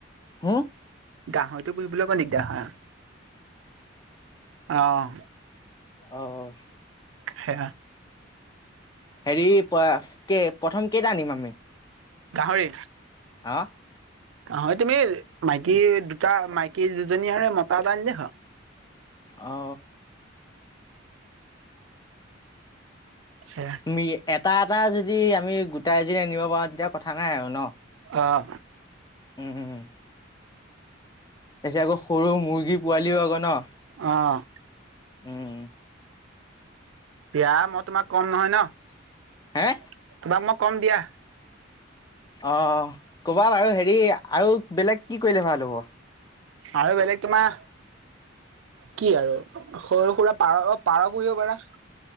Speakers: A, on the left; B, on the right.
A: হুম
B: গাহৰিটো পুহবলৈ কই নি গাহ অহ।
A: আহঁ।
B: হেয়া
A: হেৰি প কে প্ৰথম কেইটা আনিম আমি।
B: গাহৰি।
A: হা।
B: হয় তুমি মাইকী দুটা মাইকী দুজনী আৰু মতা এটা আন হল।
A: অঁ।
B: সেয়া
A: মি এটা এটা যদি আমি গোটা এজনি আনিব পাৰো তেতিয়া কথা নাই আৰু ন।
B: অঁ।
A: উম। ত আকৌ সৰু মুৰ্গী পোৱালিভাগ ন।
B: আহ।
A: উম
B: বিয়া মই তোমাৰ কম নহয় ন।
A: হে!
B: তোমাক মই কম দিয়া।
A: অ কবা বাৰু, হেৰি আৰু বেলেগ কি কৰিলে ভাল হ'ব?
B: আৰু বেলেগ তোমাৰ কি আৰু সৰু সুৰা পাৰ পাৰ পুৰিব পাৰা।